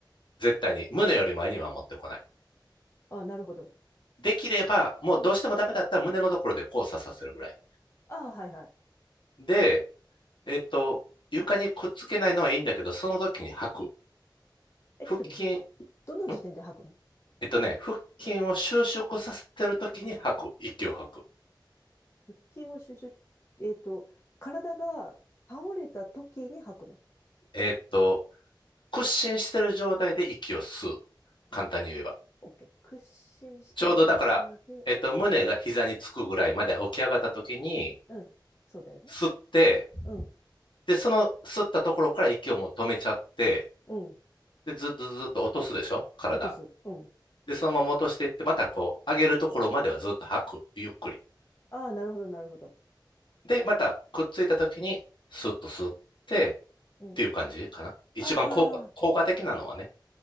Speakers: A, on the left; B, on the left.
A: 絶対に。胸より前には持ってこない。
B: あ、なるほど。
A: できれば、もうどうしてもダメだったら胸のところで交差させるぐらい。
B: あ、はい、はい。
A: で、えっと、床にくっつけないのはいいんだけど、その時に吐く。
B: え、
A: 腹筋、
B: ちょっと、どの時点で吐くの
A: んえっとね、腹筋を収縮させてる時に吐く。息を吐く。
B: 腹筋を収集、えっと、体が倒れた時に吐くの。
A: えっと、屈伸してる状態で息を吸う。簡単に言えば。
B: OK。屈伸してる状態で、
A: ちょうどだから、えっと、胸が膝につくぐらいまで起き上がった時に、
B: うん、うん、そうだよね。
A: 吸って、
B: うん、
A: で、その吸ったところから息をもう止めちゃって、
B: うん。
A: で、ずっとずっと落とすでしょ体。
B: 落とす。うん。
A: で、そのまま落としていって、またこう、上げるところまではずっと吐く。ゆっくり。
B: ああ、なるほど、なるほど。
A: で、またくっついた時に、スッと吸って、
B: うん。
A: っていう感じかな。一番効果、
B: あ
A: 効果的なのはね、